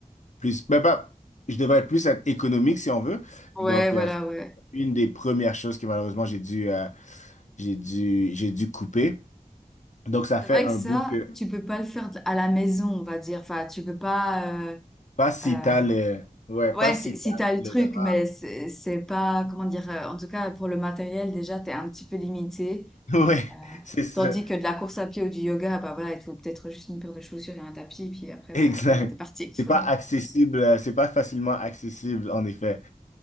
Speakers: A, on the left; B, in the centre.
A: plus, ben, pas, je devais plus être économique, si on veut.
B: Ouais,
A: Donc,
B: voilà,
A: euh, c'est
B: ouais.
A: une des premières choses que malheureusement, j'ai dû, euh, J'ai dû, j'ai dû couper. Donc, ça
B: C'est
A: fait
B: vrai
A: un
B: que ça,
A: bout que
B: tu peux pas le faire à la maison, on va dire. Enfin, tu peux pas. euh,
A: pas si
B: euh,
A: t'as le, ouais,
B: Ouais,
A: pas si
B: si
A: t'as
B: si t'as le
A: le
B: truc,
A: drap.
B: mais c'est c'est pas comment dire. euh, en tout cas, pour le matériel, déjà, t'es un petit peu limité.
A: <laughs> Ouais,
B: Euh,
A: c'est ça.
B: tandis que de la course à pied ou du yoga, bah voilà, il te faut peut-être juste une paire de chaussures et un tapis, puis après,
A: Exact.
B: bah voilà, t'es parti.
A: C'est
B: quoi.
A: pas accessible, euh, c'est pas facilement accessible, en effet.